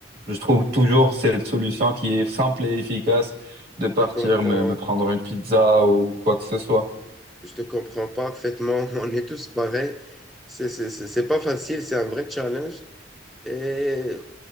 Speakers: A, on the right (about 60°); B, in the centre.
A: je trouve toujours cette solution qui est simple et efficace de partir
B: Je comprends
A: me, me prendre une pizza ou quoi que ce soit.
B: Je te comprends parfaitement. <laughs> On est tous pareils. C'est c'est- c'est- c'est pas facile, c'est un vrai challenge. Et-